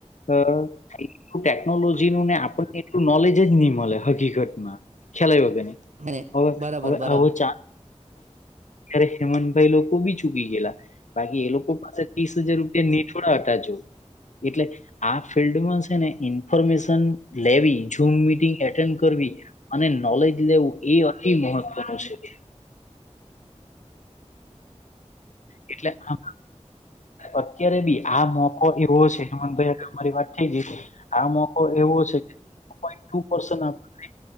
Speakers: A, on the left (about 80°); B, on the right (about 85°).
A: અ એલું ટેકનોલોજી નું ને આપણને એટલું નોલેજ જ નહી મળે હકીકત માં ખલાાય આયવો કે ની
B: અને
A: હવે
B: બરાબર
A: હવે
B: બરાબર
A: આવો ચાન્સ ત્યારે હેમંતભાઈ લોકો બી ચૂકી ગયેલા બાકી એ લોકો પાછા ત્રીસ હજાર રૂપિયા નેઠળ હટાજો એટલે આ ફિલ્ડમાં છે ને ઇન્ફોર્મેશન લેવી છુંમ મિટંગ એટેન્ડ કરવી અરે અને નોલેજ લેવું એ અતિ મહત્વનું છે એટલે આ અત્યારે બી આ મોકો એવો છે હેમંતભાઈ અમારી વાત થઈ જઈ આ મોકો એવો છે ટુ પોઈન્ટ ટુ પર્સન આપણને